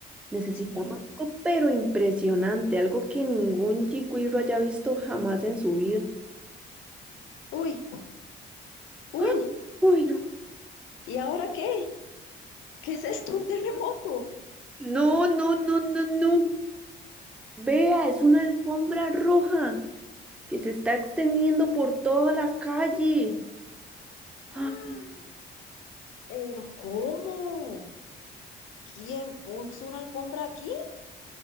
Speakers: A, in the centre; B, on the left.
A: Necesitamos
B: Sí.
A: algo, pero impresionante, algo que ningún chicuiro haya visto jamás en su vida.
B: Uy, uy,
A: <gasps> Uy, no.
B: ¿y ahora qué? ¿Qué es esto? ¿Un terremoto?
A: No, no, no, no, no. Vea, es una alfombra roja que se está extendiendo por toda la calle.
B: ¡Ah!
A: <gasps>
B: ¿Pero cómo? ¿Quién puso una alfombra aquí?